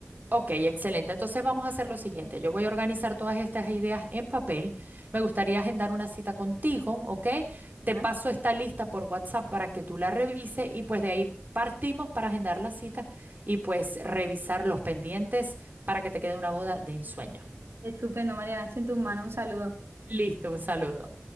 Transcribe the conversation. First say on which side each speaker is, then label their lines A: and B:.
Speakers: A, on the right; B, on the right.
A: Ok, excelente. Entonces vamos a hacer lo siguiente. Yo voy a organizar todas estas ideas en papel. Me gustaría agendar una cita contigo, ¿ok? Te
B: Ah.
A: paso esta lista por WhatsApp para que tú la revises y pues de ahí partimos para agendar la cita y pues revisar los pendientes para que te quede una boda de ensueño.
B: Estupendo, Mariana, estoy en tus manos, un saludo.
A: Listo, un saludo.